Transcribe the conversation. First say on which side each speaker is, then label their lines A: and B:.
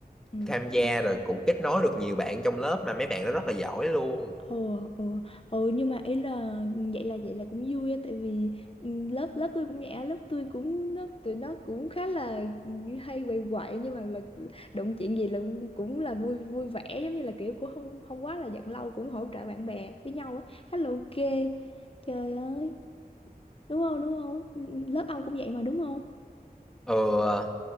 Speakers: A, on the left (about 35°); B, in the centre.
A: ừ,
B: tham gia
A: ok.
B: rồi cũng kết nối được nhiều bạn trong lớp mà mấy bạn đó rất là giỏi luôn
A: Ồ, ồ, ồ nhưng mà ý là vậy là vậy là cũng vui á tại vì ừ, lớp lớp tôi cũng vậy á, lớp tôi cũng nó tụi nó cũng khá là hay quậy quậy nhưng mà là đụng chuyện gì là cũng cũng là vui vui vẻ giống như là kiểu cũng không không quá là giận lâu cũng hỗ trợ bạn bè với nhau á khá là ok trời ơi đúng không đúng không Ừ, ừ, lớp ông cũng vậy mà đúng không
B: ừ ờ,